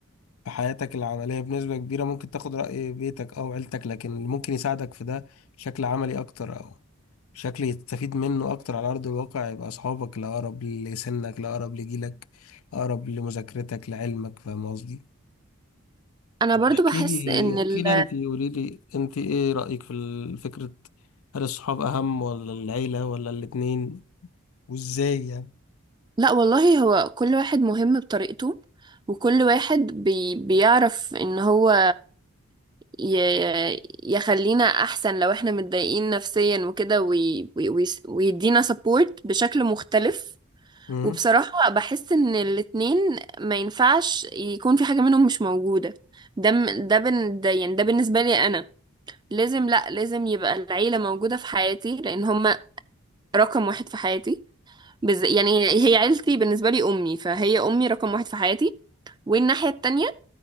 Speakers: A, on the left; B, on the right.
A: في حياتك العملية بنسبة كبيرة ممكن تاخد رأي بيتك أو عيلتك لكن اللي ممكن يساعدك في ده بشكل عملي أكتر أو بشكل يستفيد منه أكتر على أرض الواقع يبقى أصحابك الأقرب لسنك الأقرب لجيلك الأقرب لمذاكرتك لعلمك فاهم قصدي؟
B: انا برضو
A: احكي
B: بحس
A: لي
B: ان
A: احكي
B: ال...
A: لي أنت قولي لي أنت إيه رأيك في ال- فكرة هل الصحاب أهم ولا العيلة ولا الاتنين وإزاي يعني؟
B: لا والله هو كل واحد مهم بطريقته وكل واحد بي بيعرف ان هو ي يخلينا احسن لو احنا متضايقين نفسيا وكده وي وي وي ويدينا سبورت بشكل مختلف
A: مم.
B: وبصراحة بحس ان الاتنين ما ينفعش يكون في حاجة منهم مش موجودة ده م- ده بن ده يعني ده بالنسبة لي انا لازم لا لازم يبقى العيلة موجودة في حياتي لان هما رقم واحد في حياتي بز... يعني هي عيلتي بالنسبة لي أمي فهي أمي رقم واحد في حياتي والناحية التانية